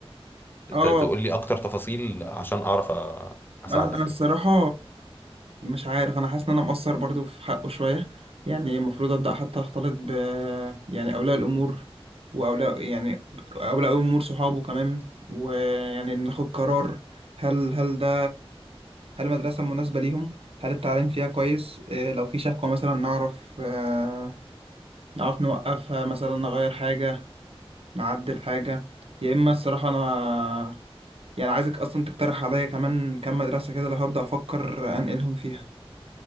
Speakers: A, on the left (about 20°); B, on the right (about 65°).
A: ت-
B: اه
A: تقول لي أكتر تفاصيل عشان أعرف أ- أساعدك
B: انا أنا الصراحه
A: يعني
B: مش عارف انا حاسس ان انا مقصر برضو في حقه شويه يعني المفروض ابدا حتى اختلط ب يعني اولياء الامور واولياء يعني اولياء الامور صحابه كمان ويعني ناخد قرار هل هل ده هل المدرسه مناسبه ليهم هل التعليم فيها كويس إيه لو في شكوى مثلا نعرف آه، نعرف نوقفها مثلا نغير حاجه نعدل حاجه يا اما الصراحه انا يعني عايزك اصلا تقترح عليا كمان كام مدرسة كده لو هبدأ افكر انقلهم فيها